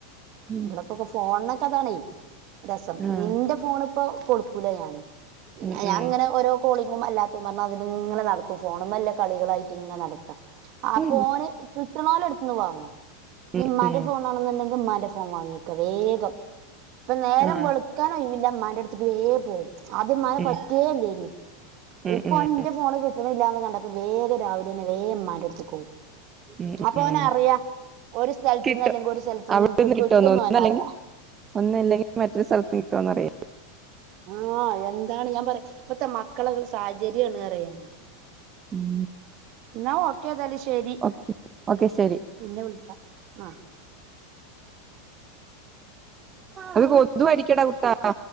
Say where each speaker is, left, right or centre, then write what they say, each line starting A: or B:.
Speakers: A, on the right; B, on the right.
A: ഉം.
B: ഇവിടക്കൊക്കെ ഫോണ്ന് അതാണേ രസം
A: ആ
B: നിന്റെ ഫോണ് ഇപ്പൊ കൊടുക്കൂല ഞാന്
A: ഉം
B: ആ ഞാനിങ്ങനെ
A: ഉം
B: ഓരോ കോളി ങ്ങും അല്ലാത്തുംപറഞ്ഞതിനിങ്ങനെ നടക്കും ഫോണുമ്മേലുള്ള കളികളായിട്ടിങ്ങനെ നട ക്കും അപ്പോ
A: ഉം
B: ഓണ് പു <unintelligible> എടുത്തെന്ന് വാങ്ങ
A: ഉം
B: നിമ്മാന്റെ
A: ഉം
B: ഫോണാണന്നെണ്ടെങ്കിൽ മന ഫോൺ വാങ്ങിക്ക വേഗം ഇപ്പം നേരം
A: ആ
B: വൾക്കാനോയ് വ്ല്ല മ്മാന്റട്ത്ത്ക്ക് വേം പോവും ആദ്യം ഇമ്മാനെ
A: ഉം
B: പറ്റേല്ലേനി
A: ഉം
B: ഇപ്പോ
A: ഉം
B: ഓന് ഇന്റെ ഫോണ് ക്ട്ട്ല്ലാന്ന് കണ്ടപ്പം വേഗം രാവിലെന്നെ വേം ഇമ്മാന്റട്ത്ത്ക്ക് ഓവും
A: ഉം
B: അപ്പോ
A: ഉം
B: അവനറിയാം ഒരു സ്ഥലത്ത്
A: കിട്ടും
B: നിന്ന് അല്ലെങ്കിൽ ഒരു സ്ഥലത്ത് നിന്ന്
A: അവിടെന്ന്
B: അവനിക്ക് കിട്ടൂന്ന്
A: കിട്ടുമെന്ന് ഒന്നല്ലെങ്കിൽ
B: അവനറിയാം
A: ഒന്നല്ലെങ്കിൽ മറ്റൊരു സ്ഥലത്ത് കിട്ടുമോന്നറിയാം
B: ആ എന്താണ് ഞാൻ പറയാ ഇപ്പത്തെ മക്കളെ സാഹചര്യമാണെന്ന് പറയുവാ ഞാന്
A: ഉം
B: എന്നാ ഓക്കെ ഏതായാലും ശരി
A: ഓക്കെ ഓക്കെ ശരി
B: പിന്നെ വിളിക്കാം ആഹ്
A: അത് കൊതുവാരിക്കൂടാ കുട്ടാ